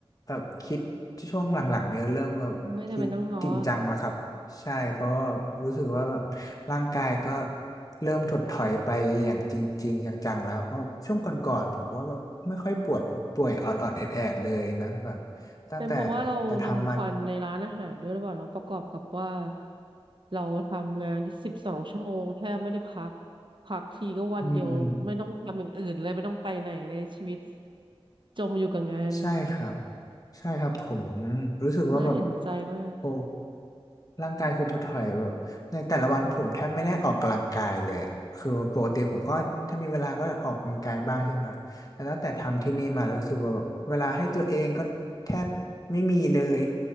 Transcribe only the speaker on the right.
ไม่ได้เป็นต้องง้อ
เป็นเพราะว่าเราดมควันในร้านอาหารด้วยหรือเปล่าเราประกอบกับว่า
เราทำงานที่สิบสองชั่วโมงแทบไม่ได้พักพักทีก็วันเดียวไม่ต้องทำอย่างอื่นเลยไม่ต้องไปไหนเลยชีวิต
จมอยู่กับงาน
น่าเห็นใจมาก